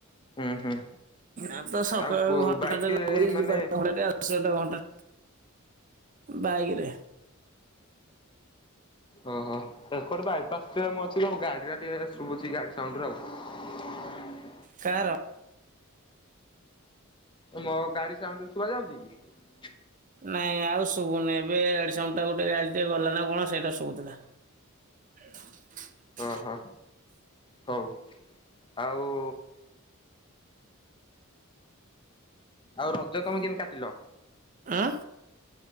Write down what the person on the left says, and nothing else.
ଉଁ ହୁଁ।
ଆଉ
ବାଇକରେ
ମାନେ
ଓହୋ, ଏ କଡେ ବାଇପାସ ରେ ମୁଁ ଅଛି ସବୁ ଗାଡିରେ ଟିକେ ଶୁଭୁଛି ଗା ସାଉଣ୍ଡ ଗୁରା ଆଉ।
ମୋ ଗାଡି ସାଉଣ୍ଡ ଶୁଭା ଯାଉଛି କି?
ଓହୋ, ହଉ ଆଉ ଆଉ ରଜ ତମେ କେମିତି କାଟିଲ?